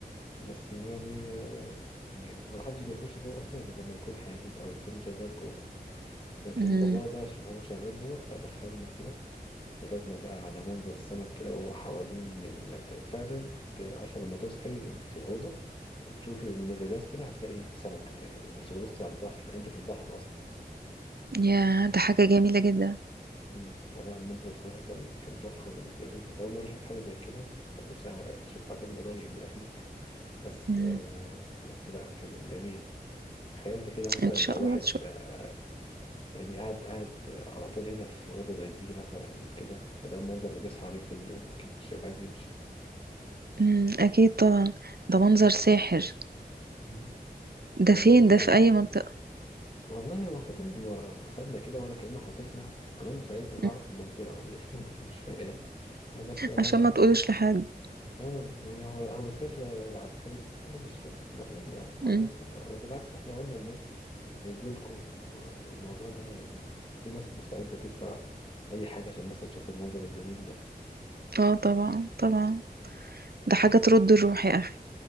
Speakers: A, on the left; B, on the right.
A: بس يعني آه، يعني ما حدش بيخش جوه أصلا غير لما يكون حاجز أو يكون شغال جوه لكن
B: امم
A: بابا ده عشان هو شغال جوه فدخلنا كده اتفرجنا بقى على منظر السمك كده وهو حوالين ال... فعلا ت- عارفة لما تصحي في الأوضة وتشوفي من الإزاز كده هتلاقي سمك يعني مش بتبصي على البحر أنت في البحر أصلا
B: ياه ده حاجة جميلة جدا
A: مم. فلا المنظر بصراحة كان كان تحفة بالنسبة لي كنت أول مرة أشوف حاجة زي كده ما أعتقدش أشوفها تاني قريب يعني بس
B: مم.
A: آه، بس لا كان جميل تخيلت كده مثلا
B: ان شاء
A: لو واحد
B: الله تشوف
A: آه، يعني قاعد قاعد على طول هنا في أوضة زي دي مثلا وكده فده المنظر اللي بيصحى عليه كل يوم أكيد مش هيبقى عايز يمشي
B: مم. اكيد طبعا ده منظر ساحر
A: مم. طب
B: ده
A: أنت
B: فين
A: أساسا
B: ده في اي منطقة
A: والله هو فضل م- خدنا كده ولا كأنه خاطفنا كمان مش عايزنا نعرف
B: مم.
A: المنطقة ولا إيه <laughs> مش فاهم بس هبقى
B: عشان ما تقولش لحد
A: اه يعني هو هو سر آه، عسكري انا مش فاهم ما تقول يا عم
B: مم.
A: ما الناس كلها بالعكس احنا قلنا الناس هيجولكوا و- والموضوع ده يعني في ناس مستعدة تدفع اي حاجة عشان بس تشوف المنظر الجميل ده
B: اه طبعا طبعا ده حاجة
A: مم.
B: ترد الروح يا اخي